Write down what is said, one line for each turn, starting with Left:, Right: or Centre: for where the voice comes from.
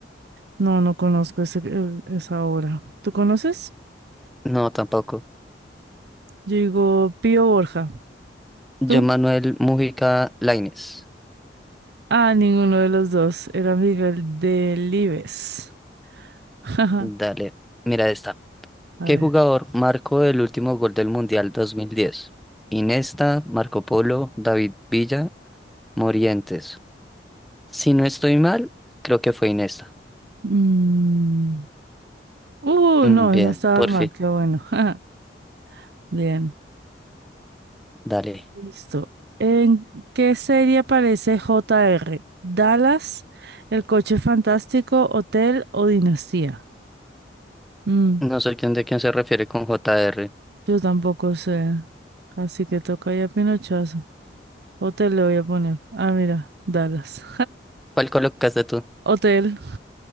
Right: No, no conozco ese, eh, esa obra. ¿Tú conoces?
Centre: No, tampoco.
Right: Yo digo Pío Borja.
Centre: Yo,
Right: ¿Tú?
Centre: Manuel Mujica Lainez.
Right: Ah, ninguno de los dos. Era Miguel Delibes. <laughs>
Centre: Dale. Mira esta.
Right: A
Centre: ¿Qué
Right: ver.
Centre: jugador marcó el último gol del Mundial 2010? Iniesta, Marco Polo, David Villa Morientes. Si no estoy mal, creo que fue Inesta.
Right: Mm, Uh,
Centre: Mm,
Right: no,
Centre: Bien,
Right: no estabas
Centre: por
Right: mal.
Centre: fin.
Right: Qué bueno. <laughs> Bien.
Centre: Dale.
Right: Listo. ¿En qué serie aparece JR? ¿Dallas, El Coche Fantástico, Hotel o Dinastía? Mm,
Centre: No soy quien de quién se refiere con j r
Right: yo tampoco sé. Así que toca ya pinochazo. Hotel le voy a poner. Ah, mira, Dallas.
Centre: ¿Cuál colocaste tú?
Right: <laughs> Hotel.